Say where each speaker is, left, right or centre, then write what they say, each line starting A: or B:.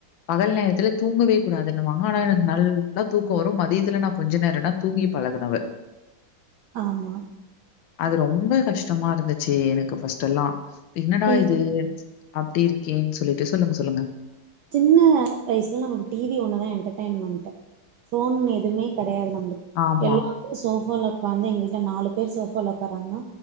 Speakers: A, on the left; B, on the right.
A: பகல் நேரத்துல தூங்கவே கூடாதுன்னுவாங்க அனா எனக் நல்லா தூக்க வரு மதியத்துல நா கொஞ்ச நேரனா தூங்கி பழகுனவ
B: ஆமா
A: அது ரொம்ப கஷ்ட்டமா இருந்துச்சு எனக்கு ஃபஸ்டல்லா என்னடா
B: எங்
A: இது அப்டி இருக்கேன் சொல்லிட்டு சொல்லுங்க சொல்லுங்க
B: சின்ன வய்ஸ்ல நமக்கு டீவி ஒன்னதா என்டர்டயன்மண்ட்டு ஃபோன் எதும்மே கெர் டையாது நம்ளுக்
A: ஆமா.
B: எல்லாரு சோஃபால காந்து எங் வீட்ல நாலு பேர் சோஃபால ஒக்காறாங்னா